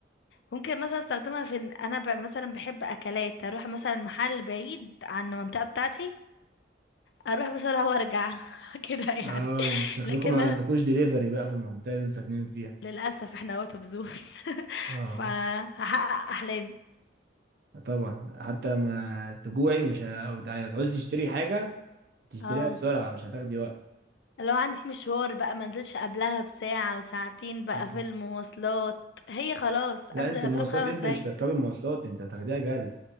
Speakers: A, on the left (about 65°); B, on the right (about 55°).
A: ممكن مثلا استخدمها في إن انا ب... مثلا بحب اكلات اروح مثلا محل بعيد عن المنطقة بتاعتي اروح بسرعة وارجع <laughs> كده يعني
B: اه شكلكم
A: لكن
B: ما عندكوش دليفري بقى في المنطقة اللي انتوا ساكنين فيها
A: للأسف احنا اوت اوف زون <laughs>
B: اه
A: فهحقق أحلامي
B: طبعا حتى لما تجوعي مش ه... او تع- تعوزي تشتري حاجة تشتريها
A: اه
B: بسرعة مش هتاخدي وقت
A: لو عندي مشوار بقى منزلش قبلها بساعة وساعتين بقى
B: مم.
A: في المواصلات هي خلاص
B: لا
A: انزل
B: انت مواصلات
A: قبلها بخمس
B: انت
A: دقايق
B: مش تركبي مواصلات انت هتاخديها جري